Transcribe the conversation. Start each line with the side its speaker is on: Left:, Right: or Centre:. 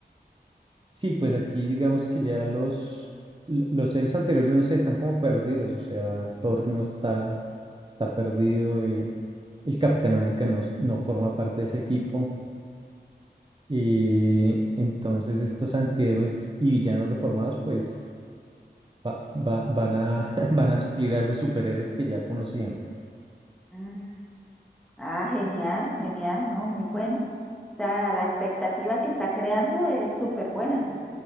Right: Sí, pues aquí digamos que ya los, l- los series anteriores, no sé, están como perdidos, o sea, Thor no está, está perdido, eh, el Capitán América no, no forma parte de ese equipo. Y entonces estos antihéroes y villanos reformados pues va- va- van a, <laughs> van a suplir a esos superhéroes que ya conocían.
Centre: Mm. Ah, genial, genial, ¿no? Muy bueno. O sea, la expectativa que está creando es súper buena.